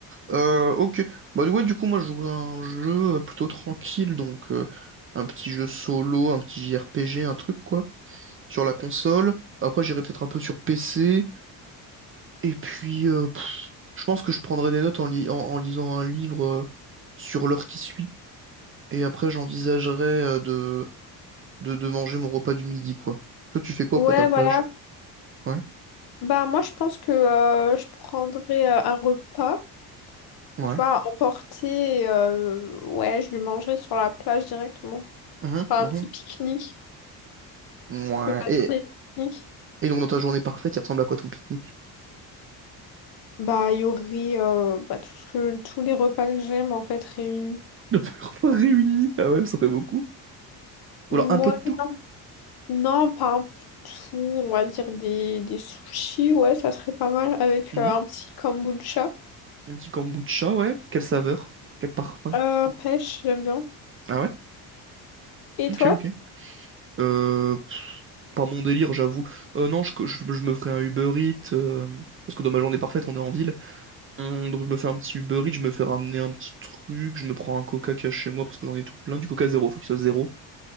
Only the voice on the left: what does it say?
hein.
Ouais,
<laughs> voilà.
Bah moi, je pense que euh, je prendrai euh, un repas.
Tu vois, emporter, euh, ouais, je le mangerais sur la plage directement.
Enfin,
un petit pique-nique.
Je adore
les pique-niques.
Bah, il y aurait euh, bah, tout ce que, tous les repas que j'aime, en fait, réunis.
Moi,
non, non, pas un tout, on va dire des, des sushis, ouais, ça serait pas mal, avec
euh, un petit kombucha.
Euh, pêche, j'aime bien.
Et
toi?